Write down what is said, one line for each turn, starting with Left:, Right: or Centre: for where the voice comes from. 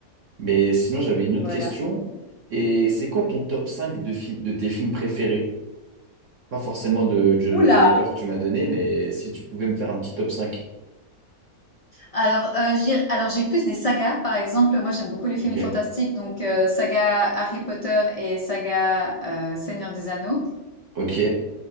Right: Mais sinon, j'avais une autre
Left: Voilà.
Right: question. Et c'est quoi ton top 5 de, fi- de tes films préférés? Pas forcément de, de,
Left: Oula!
Right: de l'auteur que tu m'as donné, mais si tu pouvais me faire un petit top cinq
Left: Alors, euh, je dirais- alors j'ai plus des sagas, par exemple. Moi, j'aime beaucoup les films
Right: Ok.
Left: fantastiques, donc euh, saga Harry Potter et saga euh, Seigneur des Anneaux.
Right: Ok.